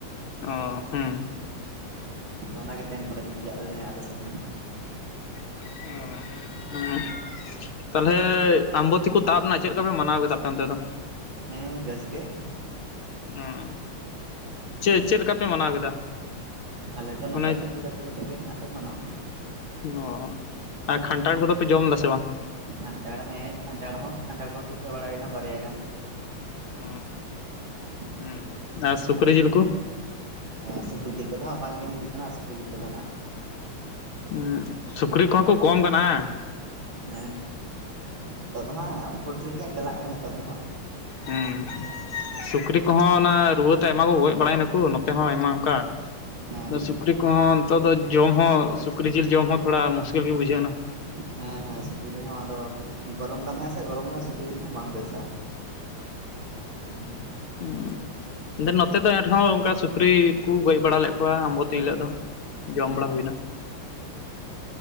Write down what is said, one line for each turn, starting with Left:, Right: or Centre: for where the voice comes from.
Left: ᱚ ᱻᱦᱩᱸ ᱾
Right: ᱚᱱᱟᱜᱮ ᱛᱮᱦᱮᱱ ᱯᱟᱞᱮ ᱡᱩᱴᱤᱡᱟᱜ ᱟᱞᱮ ᱥᱮᱱ ᱾
Left: ᱠᱩᱠᱩᱲ-ᱪᱩᱝ-ᱦᱮᱸ, ᱚ -ᱦᱮᱸ ᱾ ᱪᱷᱤᱠᱤ, ᱛᱟᱞᱦᱮ ᱟᱢᱵᱚᱛᱛᱤ ᱠᱚ ᱛᱟᱵ ᱱᱟ ᱪᱮᱫ ᱞᱮᱠᱟ ᱯᱮ ᱢᱟᱱᱟᱣ ᱠᱮᱫᱟ ᱟᱯᱮ ᱚᱱᱛᱮ ᱫᱚ?
Right: ᱦᱮᱸᱦᱮᱸ, ᱵᱮᱹᱥ ᱜᱮ ᱾
Left: ᱟᱸ ᱪᱮᱫ, ᱪᱮᱫ ᱞᱮᱠᱟ ᱯᱮ ᱢᱟᱱᱟᱣ ᱠᱮᱫᱟ?
Right: ᱟᱞᱮ ᱫᱚ ᱱᱚᱝᱠᱟ
Left: ᱢᱟᱱᱮ
Right: ᱫᱚ ᱡᱮᱹᱞ ᱦᱟᱠᱳ ᱠᱟᱛᱮ ᱜᱮ ᱦᱟᱸᱜ ᱞᱮ ᱢᱟᱱᱟᱣᱟ ᱾
Left: ᱱ-ᱣ-ᱟ, ᱟᱨ ᱠᱷᱟᱱᱴᱷᱟᱲ ᱠᱚᱫᱚ ᱯᱮ ᱡᱚᱢ ᱫᱟ ᱥᱮ ᱵᱟᱝ?
Right: ᱠᱷᱟᱱᱴᱷᱟᱲ ᱦᱮᱸ ᱠᱷᱟᱱᱴᱷᱟᱲ ᱦᱚᱸ ᱠᱷᱟᱱᱴᱷᱟᱲ ᱠᱚᱦᱚᱸ ᱯᱤᱴᱷᱟᱹ ᱵᱟᱲᱟ ᱦᱩᱭ ᱮᱱᱟ ᱵᱟᱨᱭᱟ ᱜᱟᱱ
Left: ᱚ
Right: ᱦᱮᱸ
Left: ᱦᱮᱸ ᱟᱨ ᱥᱩᱠᱨᱤ ᱡᱤᱞ ᱠᱚ?
Right: ᱮ ᱥᱩᱠᱨᱤ ᱡᱤᱞ ᱠᱚ ᱫᱚ ᱦᱟᱸᱜ ᱵᱟᱝ ᱡᱚᱢ ᱦᱩᱭᱩᱜ ᱠᱟᱱᱟ ᱥᱩᱠᱨᱤ ᱡᱤᱞ ᱠᱚ ᱫᱚ ᱦᱟᱸᱜᱼᱼ
Left: ᱦᱩᱸ ᱥᱩᱠᱨᱤ ᱠᱚ ᱦᱚᱸ ᱠᱚ ᱠᱚᱢ ᱠᱟᱱᱟ ᱦᱮᱸᱼᱼ
Right: ᱦᱮᱸ ᱱᱤᱛᱚᱜ ᱫᱚ ᱦᱟᱸᱜ ᱯᱳᱞᱴᱨᱤ ᱜᱮ ᱦᱟᱸᱜ ᱪᱟᱞᱟᱜ ᱠᱟᱱᱟ ᱱᱤᱛᱚᱜ ᱫᱚ ᱦᱟᱸᱜᱼᱼ
Left: ᱦᱩᱸ <unintelligible> ᱥᱩᱠᱨᱤ ᱠᱚ ᱦᱚᱸ ᱚᱱᱟ ᱨᱩᱣᱟᱹ ᱛᱮ ᱟᱭᱢᱟ ᱠᱚ ᱜᱚᱡ ᱵᱟᱲᱟᱭ ᱱᱟᱠᱚ ᱱᱚᱛᱮ ᱦᱚᱸ ᱟᱭᱢᱟ ᱚᱱᱠᱟᱼᱼ
Right: ᱦᱮᱸ
Left: ᱥᱩᱠᱨᱤ ᱠᱚ ᱦᱚᱸ ᱱᱤᱛᱚᱜ ᱫᱚ ᱡᱚᱢ ᱦᱚᱸ ᱥᱩᱠᱨᱤ ᱡᱤᱞ ᱡᱚᱢ ᱦᱚᱸ ᱛᱷᱚᱲᱟ ᱢᱩᱥᱠᱤᱞ ᱜᱮ ᱵᱩᱡᱷᱟᱹᱣ ᱮᱱᱟ
Right: ᱦᱮᱸ ᱦᱮᱸ ᱥᱩᱠᱨᱤ ᱡᱤᱞ ᱦᱚᱸ ᱟᱫᱚ ᱜᱚᱨᱚᱢ ᱠᱟᱱ ᱛᱟᱦᱮᱸ ᱥᱮ ᱜᱚᱨᱚᱢ ᱨᱮ ᱥᱩᱠᱨᱤ ᱡᱤᱞ ᱦᱚᱸ ᱵᱟᱝ ᱵᱮᱥᱟ <inaudible>
Left: ᱦᱩ ᱢᱮᱱ ᱱᱚᱛᱮ ᱫᱚ ᱮᱱ ᱨᱮᱦᱚᱸ ᱚᱱᱠᱟ ᱥᱩᱠᱨᱤ ᱠᱚ ᱜᱚᱡ ᱵᱟᱲᱟ ᱞᱮᱫ ᱠᱚᱣᱟ ᱟᱢᱵᱚᱛᱤ ᱦᱤᱞᱳᱜ ᱫᱚᱼᱼ ᱡᱚᱢ
Right: ᱦᱮᱸ
Left: ᱵᱟᱲᱟ ᱦᱩᱭ ᱮᱱᱟ